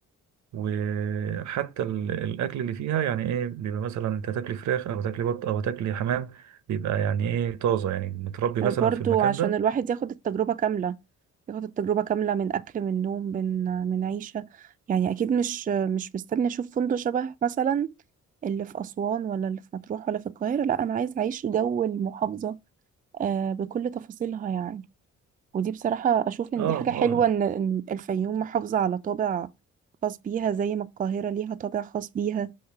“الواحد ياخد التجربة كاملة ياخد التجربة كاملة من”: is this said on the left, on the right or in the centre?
Right